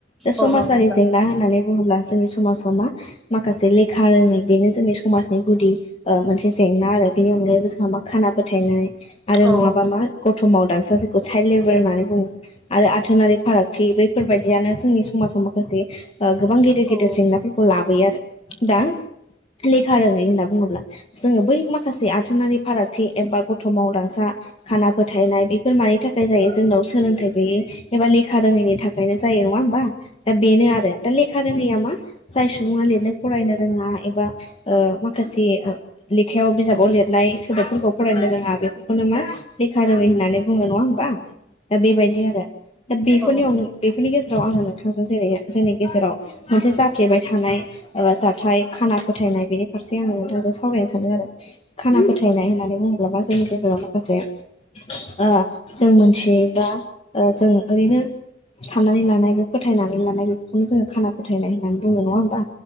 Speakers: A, on the left (about 35°); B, in the centre.
A: बे
B: अ
A: समाजारि
B: औ नोंथां
A: जें ना होननानै बुंङोब्ला जोंनि समाजाव मा माखासे लेखा रोङै बेनो जोंनि समाज समाजनि गुदि ओ मोनसे जेंना आरो। बेनि अनगायैबो जोंहा मा खाना फोथायनाय आरो
B: औ
A: नङाबा मा गथ'मावदांसा जेखौ साइल्ड लेबार होन्नानै बुङो। आरो आथोनारि फारागथि बैफोरबायदियानो जोंनि समाजाव माखासे ओ गोबां गेदेर
B: औ
A: गेदेर जेंनाफोरखौ लाबोयो आरो। दा लेखा रोङै होनना बुङोब्ला, जोङो बै माखासे आथोनारि फाराग थि एबा गथ' मावदांसा, खाना फोथायनाय बेफोर मानि थाखाय जायो जोंनाव सोलोंथाइ गैयै एबा लेखा रोङैनि थाखायनो जायो नङा होमबा? दा बेनो आरो, दा ले खा रोयैया मा जाय सुबुङा लिरनो फरायनो रोङा एबा ओ माखासे लेखायाव बिजाबाव लिरनाय सोदोबफोरखौ फरायनो रोङा। बेफोरखौनो मा लेखा रोङै होननानै बुङो नङा होमबा? दा बेबायदि आरो दा बेफोरनि
B: औ
A: अन बेफोरनि गेजेराव आङो नोंथांनो जेरै जोंनि गेजेराव मोनसे जाफ्लेबाय थानाय ओ जाथाइ खाना फोथायनाय बिनि फारसे आङो नोंथांजों सावरायनो सानदों आरो। खाना फोथायनाय होननानै बुङोब्लाबा मा जायो जोंनियाव माखासे ओ जों मिथियै बा ओ जों ओरैनो साननानै लानाय बे फोथायनानै लानाय बेखौनो जोङो खाना फोथायनाय होननानै बुङो नङा होमबा?